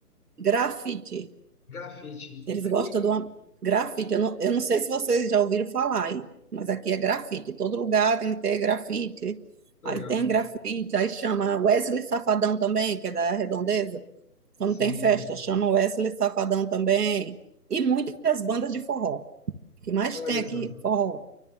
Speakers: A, on the right (about 70°); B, on the left (about 60°).
A: Grafite.
B: Grafite.
A: Eles
B: Aí,
A: gostam de uma grafite. Eu não, eu não sei se vocês já ouviram falar aí, mas aqui é grafite. Todo lugar tem que ter grafite.
B: legal.
A: Aí tem grafite, aí chama Wesley Safadão também, que é da Redondeza. Quando
B: Sim.
A: tem festa, chama Wesley Safadão também. E muitas bandas de forró. O que mais
B: Olha
A: tem aqui?
B: só.
A: Forró.